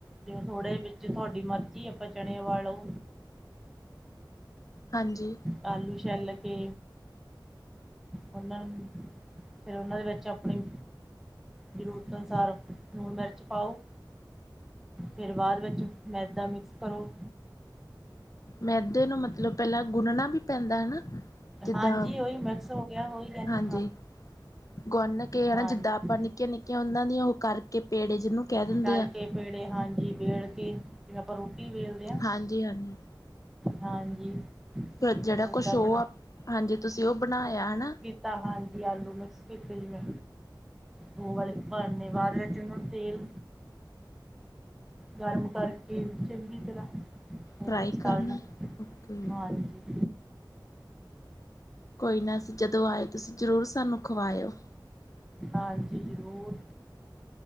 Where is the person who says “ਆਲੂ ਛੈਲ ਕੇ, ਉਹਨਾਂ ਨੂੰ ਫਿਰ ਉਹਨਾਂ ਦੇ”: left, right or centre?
Centre